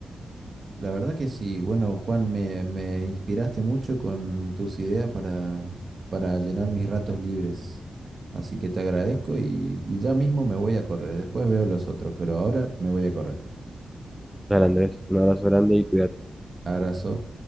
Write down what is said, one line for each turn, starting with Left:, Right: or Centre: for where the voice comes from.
Right: La verdad que sí, bueno, Juan, me, me inspiraste mucho con tus ideas para, para llenar mis ratos libres. Así que te agradezco y, y ya mismo me voy a correr. Después veo los otros, pero ahora me voy a correr.
Centre: Dale, Andrés, un abrazo grande y cuídate.
Right: Abrazo.